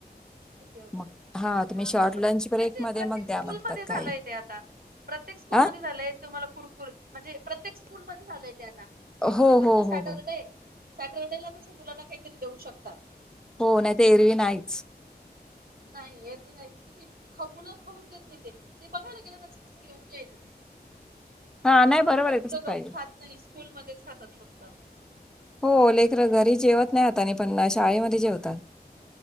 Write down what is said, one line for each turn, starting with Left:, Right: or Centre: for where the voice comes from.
Right: ओके ओके
Centre: मग तुम्ही
Right: हा
Centre: शॉर्ट
Right: बरोबर आहे.
Centre: लंच ब्रेक
Right: नाही ते
Centre: मध्ये
Right: प्रत्येक
Centre: मग द्या
Right: स्कूल
Centre: म्हणतात
Right: मध्ये झालंय
Centre: काही
Right: ते आता, प्रत्येक स्कूल
Centre: हा
Right: मध्ये झालंय तुम्हाला कुरकुर म्हणजे प्रत्येक स्कूल मध्ये झालंय ते आता. कि
Centre: हो
Right: तुम्ही फक्त
Centre: हो
Right: सॅटरडे
Centre: हो हो
Right: सॅटरडेला तसं मुलांना काहीतरी देऊ शकतात.
Centre: हो नाही ते एरवी नाहीच.
Right: नाही येरवी नाही टिफिन मुला खाऊन देत नाही ते- ते बघायला गेल्या तस योग्य आहे ते
Centre: हा
Right: कारण
Centre: नाही बरोबर
Right: कस आहे मुलं
Centre: तसंच पाहिजे
Right: घरी खात नाही. स्कूलमध्येच खातात फक्त.
Centre: हो
Right: त्याच्यामुळे
Centre: लेकर घरी जेवत नाही आता आणि पण शाळेमध्ये जेवतात.